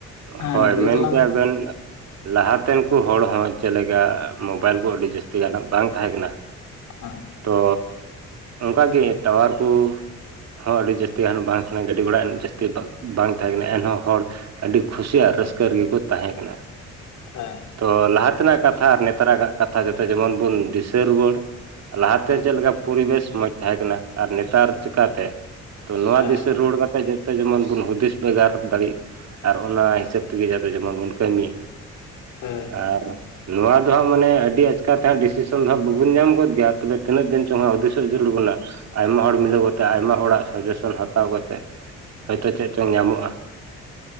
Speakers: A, on the left; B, on the right.
A: ᱦᱮᱸ
B: ᱦᱚᱭ
A: ᱞᱟᱹᱭ
B: ᱢᱮᱱ
A: ᱛᱟᱞᱟᱝ
B: ᱠᱮᱭᱟ ᱵᱮᱱ ᱞᱟᱦᱟ ᱛᱮᱱ ᱠᱩ ᱦᱚᱲ ᱦᱚᱸ ᱪᱮᱫ ᱞᱮᱠᱟ ᱢᱳᱵᱟᱭᱤᱞ ᱠᱚ ᱟᱹᱰᱤ ᱡᱟᱹᱥᱛᱤ ᱜᱟᱱ ᱦᱚᱸ ᱵᱟᱝ ᱛᱟᱦᱮᱸ ᱠᱟᱱᱟ᱾
A: ᱢᱮ
B: ᱛᱚ ᱚᱱᱠᱟ ᱜᱮ ᱴᱟᱣᱟᱨ ᱠᱩ ᱦᱚᱸ ᱟᱹᱰᱤ ᱡᱟᱹᱥᱛᱤ ᱜᱟᱱ ᱵᱟᱝ ᱛᱟᱦᱮᱸ ᱠᱟᱱᱟ ᱜᱟᱹᱰᱤ ᱜᱷᱚᱲᱟ ᱤᱱᱟᱹᱜ ᱡᱟᱹᱥᱛᱤ ᱵᱟᱜ ᱵᱟᱝ ᱛᱟᱦᱮᱸ ᱠᱟᱱᱟ ᱮᱱᱦᱚᱸ ᱦᱚᱲ ᱟᱹᱰᱤ ᱠᱷᱩᱥᱤ ᱟᱨ ᱨᱟᱹᱥᱠᱟᱹ ᱨᱮᱜᱮ ᱠᱚ ᱛᱟᱦᱮᱸ ᱠᱟᱱᱟ᱾
A: ᱦᱮᱸ᱾
B: ᱛᱚ ᱞᱟᱦᱟ ᱛᱮᱱᱟᱜ ᱠᱟᱛᱷᱟ ᱟᱨ ᱱᱮᱛᱟᱨᱟᱜ ᱠᱟᱛᱷᱟ ᱡᱟᱛᱮ ᱡᱮᱢᱚᱱ ᱵᱩᱱ ᱫᱤᱥᱟᱹ ᱨᱩᱣᱟᱹᱲ᱾ ᱞᱟᱦᱟ ᱛᱮ
A: ᱦᱮᱸ
B: ᱪᱮᱫ ᱞᱮᱠᱟ ᱯᱚᱨᱤᱵᱮᱥ ᱢᱚᱸᱪ ᱛᱟᱦᱮᱸ ᱠᱟᱱᱟ᱾ ᱟᱨ ᱱᱮᱛᱟᱨ ᱪᱤᱠᱟ ᱛᱮ ᱛᱚ ᱱᱚᱣᱟ
A: ᱦᱮᱸ ᱦᱮᱸ ᱦᱮᱸ
B: ᱫᱤᱥᱟᱹ ᱨᱩᱣᱟᱹᱲ ᱠᱟᱛᱮᱜ ᱡᱚᱛᱚ ᱡᱮᱢᱚᱱ ᱵᱚᱱ ᱦᱩᱫᱤᱥ ᱵᱮᱜᱟᱨ ᱫᱟᱲᱤᱜ, ᱟᱨ ᱚᱱᱟ ᱦᱤᱥᱟᱹᱵᱽ ᱛᱤᱜᱤ ᱡᱟᱛᱮ ᱡᱮᱢᱚᱱ ᱵᱚᱱ ᱠᱟᱹᱢᱤ᱾
A: ᱦᱮᱸ ᱦᱮᱸ
B: ᱟᱨ ᱱᱩᱣᱟ ᱫᱚ ᱦᱟᱸᱜ ᱢᱟᱱᱮ ᱟᱹᱰᱤ ᱟᱪᱠᱟ ᱛᱮᱦᱟᱸᱜ ᱰᱤᱥᱤᱥᱚᱱ ᱫᱚ ᱦᱟᱸᱜ ᱵᱟᱹᱵᱩᱱ ᱧᱟᱢ ᱜᱚᱫ ᱜᱮᱭᱟ᱾ ᱛᱚᱵᱮ ᱛᱤᱱᱟᱹᱜ ᱫᱤᱱ ᱪᱚ ᱦᱟᱸᱜ ᱦᱩᱫᱤᱥᱚᱜ ᱡᱟᱹᱨᱩᱲ ᱵᱩᱱᱟ᱾ ᱟᱭᱢᱟ ᱦᱚᱲ ᱢᱤᱞᱟᱹᱣ ᱠᱟᱛᱮᱜ, ᱟᱭᱢᱟ ᱦᱚᱲᱟᱜ ᱥᱟᱡᱮᱥᱚᱱ ᱦᱟᱛᱟᱣ ᱠᱟᱛᱮᱜ᱾ ᱦᱳᱭ ᱛᱚ ᱪᱮᱫ ᱪᱚᱝ ᱧᱟᱢᱚᱜ-ᱟ᱾